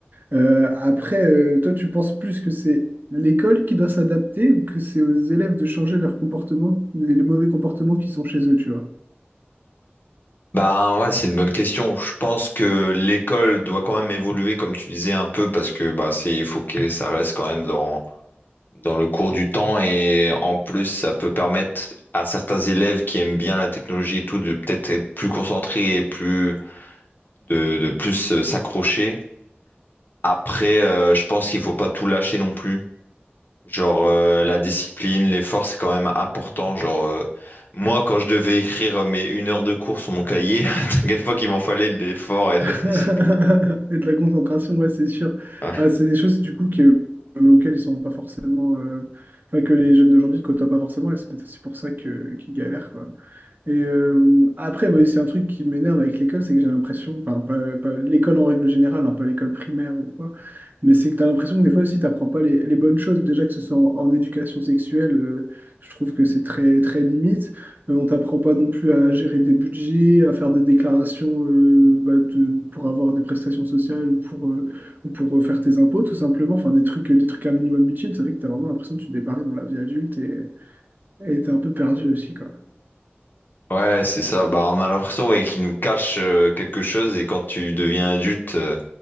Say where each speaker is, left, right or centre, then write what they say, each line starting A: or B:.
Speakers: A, on the right (about 50°); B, on the left (about 50°).
A: Euh, après, euh, toi, tu penses plus que c'est l'école qui doit s'adapter, ou que c'est aux élèves de changer leur comportement, les, les mauvais comportements qu'ils ont chez eux, tu vois?
B: Ben ouais, c'est une bonne question. Je pense que l'école doit quand même évoluer, comme tu disais un peu, parce que bah c'est, il faut que ça reste quand même dans dans le cours du temps et en plus ça peut permettre à certains élèves qui aiment bien la technologie et tout de peut-être être plus concentrés et plus de, de plus euh, s'accrocher. Après, euh, je pense qu'il faut pas tout lâcher non plus. Genre euh, la discipline, l'effort, c'est quand même important. Genre euh, moi, quand je devais écrire euh, mes une heure de cours sur mon cahier, <laughs> t'inquiète pas qu'il m'en fallait de l'effort
A: <laughs>
B: et de
A: Et
B: la discipline.
A: de la concentration, ouais, c'est sûr.
B: Ouais,
A: Bah, c'est des choses du coup que, auxquelles ils sont pas forcément, euh, enfin que les jeunes d'aujourd'hui ne côtoient pas forcément, et c'est peut-être aussi pour ça que qu'ils galèrent, quoi. Et euh, après, ouais, c'est un truc qui m'énerve avec l'école, c'est que j'ai l'impression, enfin, pas, pas l'école en règle générale, hein, pas l'école primaire ou quoi, mais c'est que tu as l'impression que des fois aussi, tu n'apprends pas les, les bonnes choses. Déjà que ce soit en, en éducation sexuelle, euh, je trouve que c'est très, très limite. Euh, on t'apprend pas non plus à gérer des budgets, à faire des déclarations euh, bah, de- pour avoir des prestations sociales ou pour, euh, ou pour euh, faire tes impôts, tout simplement. Enfin, des trucs, des trucs un minimum utiles, ça fait que tu as vraiment l'impression que tu débarques dans la vie adulte et et t'es un peu perdu aussi, quoi.
B: Ouais, c'est ça. Bah, on a l'impression ouais, qu'il nous cache euh, quelque chose et quand tu deviens adulte. euh,